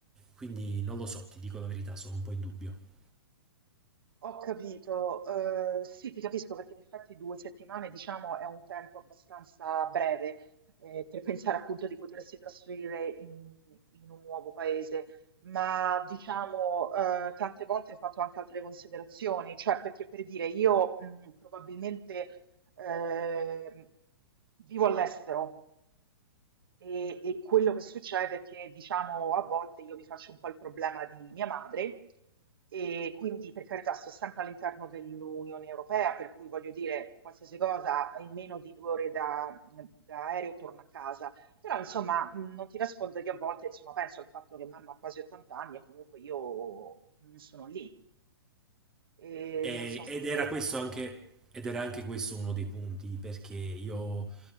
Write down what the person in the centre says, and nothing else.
quindi non lo so, ti dico la verità, sono un po' in dubbio.
E-
ed
era questo anche, ed era anche questo uno dei punti perché io eh,